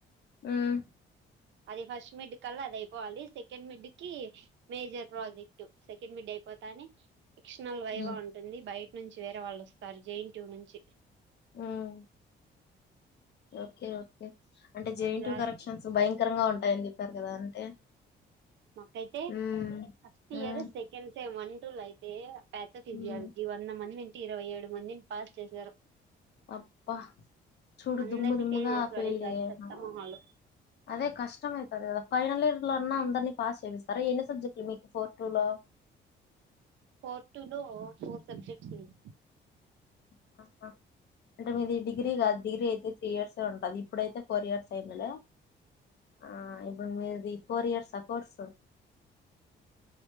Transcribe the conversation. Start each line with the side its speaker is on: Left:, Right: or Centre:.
Left: ఉమ్
Right: అది ఫస్ట్ మిడ్ అల్లా అదయిపోవాలి, సెకండ్ మిడ్ కి మేజర్ ప్రాజెక్ట్. సెకండ్ మిడ్ అయిపోతానే ఎక్షనల్ వైవా
Left: ఉమ్
Right: ఉంటుంది బయట్ వేరే వాల్లోస్తారు జెన్ ఎన్ టి యు నుంచి
Left: ఉమ్ ఓకే ఓకే అంటే
Right: దాని
Left: జె ఎన్ టి
Right: ద్వారా
Left: యు కరెక్షన్స్ భయంకరంగా ఉంటాయని జెప్పారు గదా అంటే
Right: మకైతే
Left: ఉమ్
Right: ఫస్ట్ ఇయర్
Left: ఉమ్
Right: సెకెండ్ సెమ్ అన్ టులైతే అయితే ప్యాథోఫిజియాలజీ
Left: ఉమ్
Right: వంద మందింటే ఇరవై ఏడు మందిన్ పాస్ చేశారు
Left: అబ్బా చూడు
Right: అందరినీ
Left: దుమ్ము దుమ్ము గా
Right: చేసి
Left: ఫెయిల్
Right: పడేసారు
Left: జేస్
Right: చెత్త
Left: నారు
Right: మొహాలు
Left: అదే కష్టం అయితది గదా ఫైనల్ ఇయర్ లో అన్నా అందరినీ పాస్ చేపిస్తారా ఎన్ని సబ్జెక్ట్లు మీకు ఫోర్ టూ లో?
Right: ఫోర్ టూ లో ఫోర్ సబ్జెక్ట్స్ వున్
Left: ఇంక ఆ అంటే మీది డిగ్రీ గాదు డిగ్రీ అయితే త్రీ ఇయర్సే ఉంటది, ఇప్పుడైతే ఫోర్ ఇయర్స్ అయిందిలే ఆ ఇప్పుడు మీది ఫోర్ ఇయర్స కోర్సు